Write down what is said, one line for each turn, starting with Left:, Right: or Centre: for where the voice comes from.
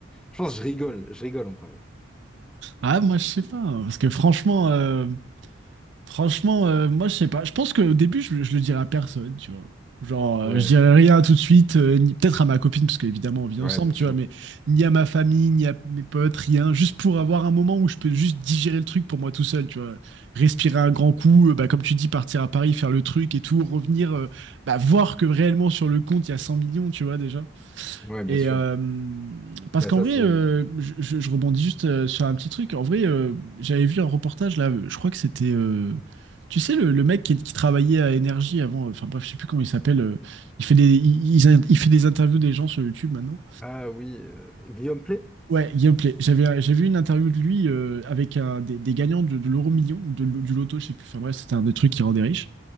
Centre: Je pense que je rigole, je rigole en premier.
Right: Ah, moi, je sais pas, hein, parce que franchement. euh, Franchement, euh, moi, je sais pas. Je pense qu'au début, je, je le dirais à personne, tu vois. Genre, euh,
Centre: Ouais,
Right: je dirais rien tout de suite, euh, ni- peut-être à ma copine, parce qu'évidemment, on vit
Centre: ouais,
Right: ensemble,
Centre: bien
Right: tu
Centre: sûr.
Right: vois, mais ni à ma famille, ni à mes potes, rien. Juste pour avoir un moment où je peux juste digérer le truc pour moi tout seul, tu vois. Respirer un grand coup, euh, bah, comme tu dis, partir à Paris, faire le truc et tout, revenir, euh, bah, voir que réellement sur le compte, il y a 100 millions, tu vois, déjà.
Centre: Ouais, bien
Right: Et
Centre: sûr.
Right: euh, parce
Centre: Bah
Right: qu'en
Centre: ça
Right: vrai,
Centre: c'est.
Right: euh, je, je- je rebondis juste euh, sur un petit truc. En vrai, euh, j'avais vu un reportage là, je crois que c'était, euh, tu sais, le, le mec qui, qui travaillait à Énergie avant, euh, enfin bref, je sais plus comment il s'appelle. euh, il fait des, il, il- il fait des interviews des gens sur YouTube maintenant.
Centre: Ah oui, euh, Guillaume Play?
Right: Ouais, Guillaume Play. J'avais, j'ai vu une interview de lui euh, avec un, des, des gagnants de, de l'euro million ou de- du loto, je sais plus. Enfin bref, c'était un des trucs qui rendait riche.